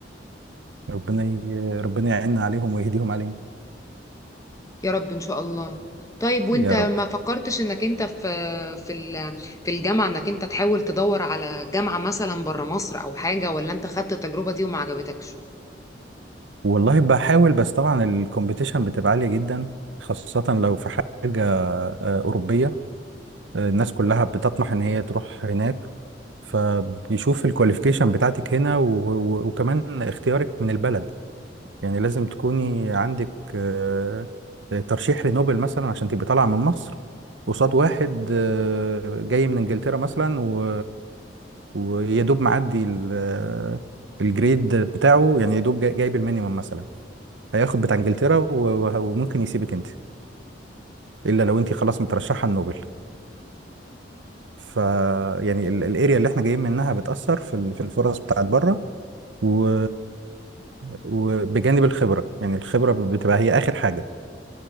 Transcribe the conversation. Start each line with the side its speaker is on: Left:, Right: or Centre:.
Right: ربنا ي- ربنا يعيننا عليهم ويهديهم علينا
Left: يا رب ان شاء الله طيب وانت
Right: يا
Left: ما
Right: رب
Left: فكرتش انك انت في في ال- في الجامعه انك انت تحاول تدور على جامعه مثلا بره مصر او حاجه ولا انت خدت التجربه دي وما عجبتكش
Right: والله بحاول بس طبعا الكومبيتيشن بتبقى عاليه جدا خاصه لو في حاجه آه، اوروبيه الناس كلها بتطمح ان هي تروح هناك فبيشوف الكواليفيكيشن بتاعتك هنا و... و... وكمان اختيارك من البلد يعني لازم تكوني عندك آه، ترشيح لنوبل مثلا عشان تبقي طالعة من مصر قصاد واحد آه، جاي من انجلترا مثلا و... ويا دوب معدي ال- آه، الجريد بتاعه يعني يا دوب جاي- جايب المينيمم مثلا هياخد بتاع انجلترا و- وه- وممكن يسيبك انت الا لو انت خلاص مترشحه النوبل ف يعني ال- الاريا اللي احنا جايين منها بتأثر في ال- في الفرص بتاعت بره و... وبجانب الخبرة يعني الخبرة بتبقى هي آخر حاجة